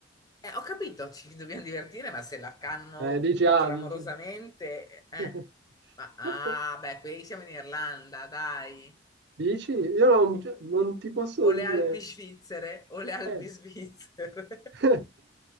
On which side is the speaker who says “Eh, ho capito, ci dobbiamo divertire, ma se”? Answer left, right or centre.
Left